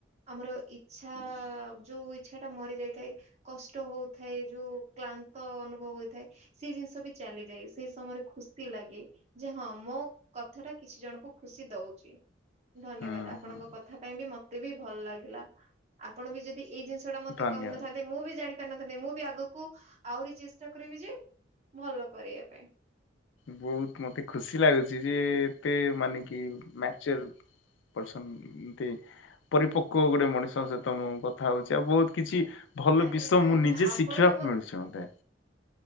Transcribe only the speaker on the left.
ହଁ
ହଁ
ଧନ୍ୟବାଦ।
ବହୁତ ମତେ ଖୁସି ଲାଗୁଚି ଯେ ଏତେ ମାନେ କି ମ୍ୟାଚୋର। ଛନ୍ତି ପରିପକ୍ୱ ଗୋଟେ ମଣିଷଙ୍କ
ସହିତ ମୁଁ କଥା ହଉଛି ଆଉ ବହୁତ କିଛି ଭଲ
ବିଷୟ
ମୁଁ
ନିଜେ
ଶିଖିବାକୁ
ମିଳୁଛି ମତେ।